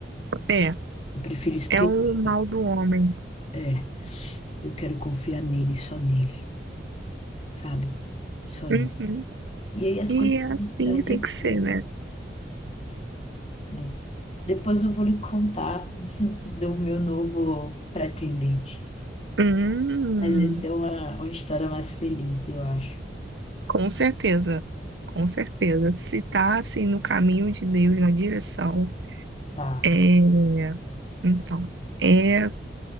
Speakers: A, on the right; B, on the left.
A: É,
B: Eu prefiro esperar.
A: é o mal do homem.
B: É, eu quero confiar nele, só nele, sabe? Só
A: Uhum.
B: nele. E aí as
A: E
B: coisas
A: é assim
B: se ajeitam,
A: que tem que ser, né?
B: né? Depois eu vou lhe contar <laughs> do meu novo pretendente.
A: Hum,
B: Mas essa é uma, uma história mais feliz, eu acho.
A: com certeza, com certeza. Se tá assim no caminho de Deus, na direção,
B: Tá.
A: é. Então, é